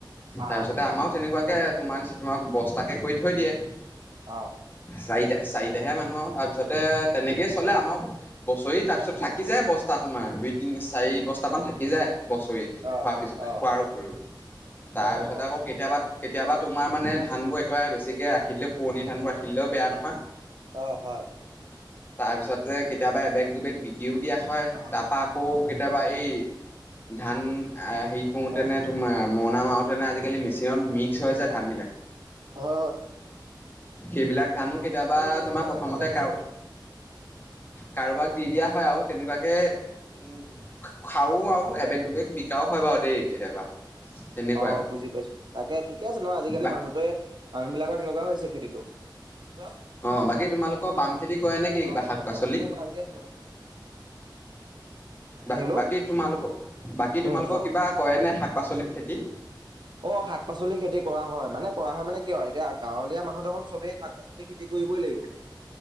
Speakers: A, on the right (about 65°); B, on the left (about 25°).
A: আ
B: তাৰপিছতে আমাৰো তেনেকুৱাকে তোমাৰ নি, তোমাৰ নিচিনাকৈ বস্তাকে কৰি থৈ দিয়ে।
A: অ',
B: চাৰিটা চাৰিটাহে মানুহ আৰু তাৰপিছতে তেনেকেই চলে আমাৰো। বছৰি, তাৰ পিছত থাকি যায় বস্তা তোমাৰ। দুই তিনি চাৰি বস্তা। তামান থাকি যায়, বছৰি
A: অ
B: খোৱাৰ পিছত।
A: অ
B: খোৱাৰ উপৰিও। তাৰপিছতে
A: অ অ
B: আকৌ কেতিয়াবা কেতিয়াবা তোমাৰ মানে ধানবোৰ একেবাৰে বেছিকে ৰাখি দিলে, পুৰণি ধানবোৰ ৰাখিদিলেও বেয়া নহয়।
A: অ', হয়।
B: তাৰপিছতে কেতিয়াবা এবেগ দুবেগ বিকিও দিয়া হয়
A: অ
B: তাৰপা আকৌ
A: অ
B: কেতিয়াবা বা এই ধান হেৰি কৰোঁতেনে
A: অ
B: তোমাৰ মৰণনা মাহতেনে আজিকালি মেচিনত মিক্স হৈ যায় ধান বিলাক।
A: হয় হয়
B: সেইবিলাক ধানো কেতিয়াবা
A: এই এতিয়া
B: তোমাৰ
A: মই নাযাওঁ
B: প্ৰথমতে
A: কাইলৈ ৰাতিপুৱা
B: কাৰ
A: কৰিম
B: কাৰোবাক দি
A: মই
B: দিয়া
A: কৈছো
B: হয় আৰু তেনেকুৱাকে উম খাও আৰু এবেগ দুবেগ বিকাও হয় বাৰু দেই কেতিয়াবা। তেনেকুৱাই
A: অ',
B: আৰু
A: বুজি পাইছো তাকে ঠিকে আছে ন আজিকালি
B: বাকী
A: মানুহটোৱে মানুহ বিলাকৰ তেনেকুৱা হৈছে খেতিটো। <unintelligible>
B: অঁ', বাকী তোমালোকৰ বাম খেতি কৰে নে কি
A: অ
B: কিবা
A: অ
B: শাক পাচলি?
A: মই <unintelligible>
B: বা
A: হেল্ল'
B: বাকী তোমালোকৰ বাকী
A: উম
B: তোমালোকৰ
A: কোৱা
B: কিবা কৰে নে শাক পাচলিৰ খেতি?
A: অ', শাক পাচলি খেতি কৰা হয় মানে কৰা হয় মানে কিয় আৰু এতিয়া গাঁৱলীয়া মানুহ দেখোন চবেই শাক পাচলি পাচলি খেতি কৰিবই লাগিব।